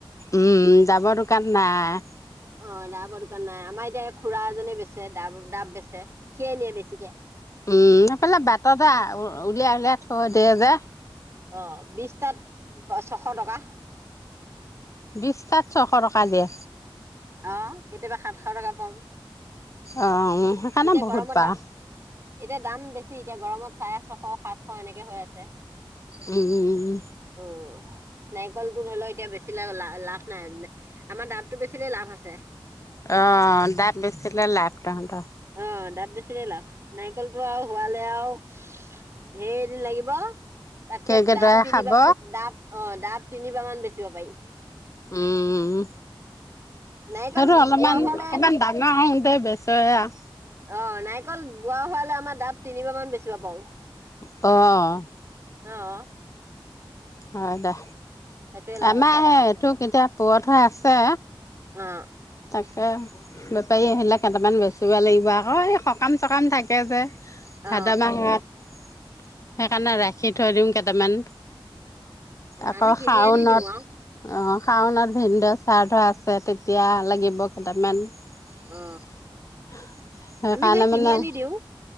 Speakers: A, on the left; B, on the right.
A: উম, ডাবৰ দোকান নাই।
B: অ' ডাবৰ দোকান নাই আমাৰ এতিয়া খুৰা এজনে বেছে ডাব, ডাব বেচে সিয়ে নিয়ে বেছিকে।
A: উম, সেইফালে বাটতে উলিয়াই উলিয়াই থৈ দিয়ে যে।
B: অ' বিশটাত ছশ টকা।
A: বিশটাত ছশ টকা দিয়ে।
B: অ' কেতিয়াবা সাতশ টকা পাম।
A: অ' সেইকাৰণে
B: এতিয়া
A: বহুত
B: গৰমত
A: পাৰ।
B: দাম এতিয়া দাম বেছি এতিয়া গৰমত চাৰে ছশ, সাতশ এনেকে হৈ আছে।
A: উম।
B: উম, নাৰিকলটো ধৰিলো এতিয়া বেছি লা-লা-লাভ নাই। আমাৰ ডাবটো বেছিলে লাভ আছে।
A: অ' ডাব বেছিলে লাভ তহঁতৰ।
B: অ' ডাব বেছিলে লাভ, নাৰিকলটো আৰু হোৱালে আৰু ধেৰ এদিন লাগিব, তাতকে
A: কেৰ্কেটুৱাই
B: ডাব তিনিবা
A: খাব
B: ডাব অ' ডাব তিনিবাৰ মান বেচিব পাৰি।
A: উম,
B: নাৰিকল
A: সেইটো অলপমান
B: বোৱা হোৱালে
A: <unintelligible> ডাঙৰ হওঁতে বেচে আৰ।
B: অ' নাৰিকল বুঢ়া হোৱালৈ আমাৰ ডাব তিনিবাৰ মান বেচিব পাওঁ।
A: অ'।
B: অ'।
A: হয়, দে
B: সেইটোৱে লাভ
A: আমাৰ
B: আছে
A: হে এথোক এতিয়া পুৰথ হৈ আছে।
B: অ'।
A: তাকে বেপাৰী আহিলে কেইটামান বেচিব লাগিব, আকৌ এই সকাম-চকাম থাকে যে।
B: অ
A: ভাদ মাহ হত সেইকাৰণে ৰাখি থৈ দিম কেইটামান। আকৌ
B: আমি কিনি
A: শাওনত।
B: আনি দিওঁ আৰু
A: অ', শাওনাত ভিনদ শ্ৰাদ্ধ আছে, তেতিয়া লাগিব কেইটামান। সেইকাৰণে
B: অ আমি সেই কিনি
A: মানে
B: আনি দিওঁ